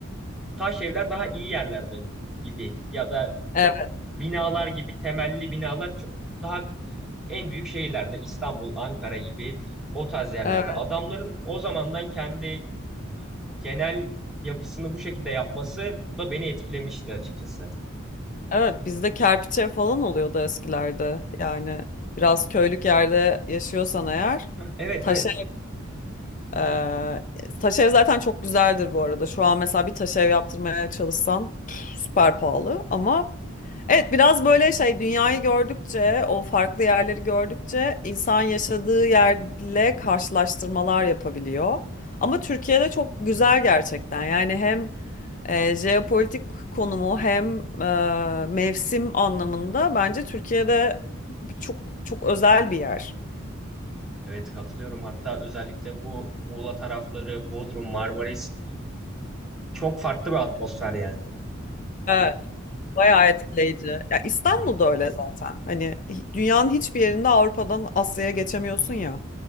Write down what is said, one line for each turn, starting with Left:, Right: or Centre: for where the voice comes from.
Centre: taş evler daha iyi yerlerde gibi ya da
Left: Evet,
Centre: çok binalar gibi temelli binalar çok, daha en büyük şehirlerde İstanbul, Ankara gibi o tarz yerlerde
Left: evet,
Centre: adamların o zamandan kendi genel yapısını bu şekilde yapması da beni etkilemişti açıkçası.
Left: evet. Bizde kerpiçe falan oluyordu eskilerde. Yani biraz köylük yerde yaşıyorsan eğer
Centre: Evet
Left: taş
Centre: evet.
Left: Ee, taş ev zaten çok güzeldir bu arada. Şu an mesela bir taş ev yaptırmaya çalışsan püf, süper pahalı ama evet biraz böyle şey dünyayı gördükçe o farklı yerleri gördükçe insan yaşadığı yerle karşılaştırmalar yapabiliyor. Ama Türkiye'de çok güzel gerçekten. Yani hem e, jeopolitik konumu hem e, mevsim anlamında bence Türkiye'de çok çok özel bir yer.
Centre: Evet katılıyorum. Hatta özellikle bu Muğla tarafları, Bodrum, Marmaris çok farklı bir atmosfer yani.
Left: Evet. Bayağı etkileyici. Ya İstanbul'da
Centre: Hı hı.
Left: öyle zaten. Hani hi- dünyanın hiçbir yerinde Avrupa'dan Asya'ya geçemiyorsun ya.